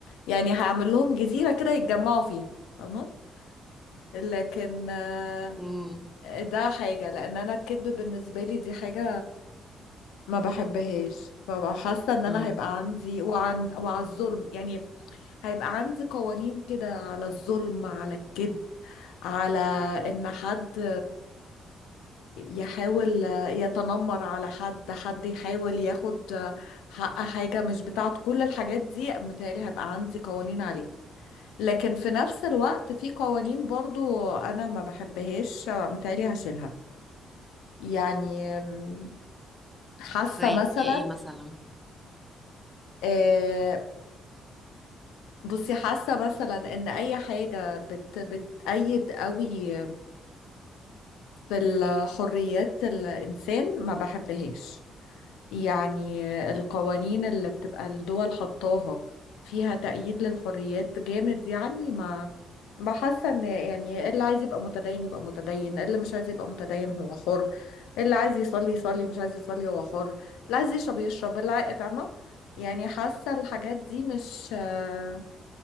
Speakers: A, on the left; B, in the centre.
A: يعني هعمل لهم جزيرة كده يتجمعوا فيها فاهمة لكن آه،
B: مم،
A: ده حاجة لأن أنا الكذب بالنسبة لي دي حاجة ما بحبهاش فببقى حاسة إن أنا
B: مم.
A: هيبقى عندي وعن وعلى الظلم يعني هيبقى عندي قوانين كده على الظلم على الكذب على إن حد يحاول يتنمر على حد حد يحاول ياخد حق حاجة مش بتاعته كل الحاجات دي متهيألي هيبقى عندي قوانين عليها لكن في نفس الوقت في قوانين برضو أنا ما بحبهاش متهيألي هشيلها يعني م، حاسة
B: زي
A: مثلا
B: ايه مثلا
A: آه، بصي حاسة مثلا إن أي حاجة بت بتأيد قوي في الحريات الإنسان ما بحبهاش يعني القوانين اللي بتبقى الدول حطاها فيها تأييد للحريات جامد يعني ما بحاسة ان يعني اللي عايز يبقى متدين يبقى متدين اللي مش عايز يبقى متدين هو حر اللي عايز يصلي يصلي مش عايز يصلي هو حر اللي عايز يشرب يشرب اللي عايز- فاهمة يعني حاسة الحاجات دي مش آه،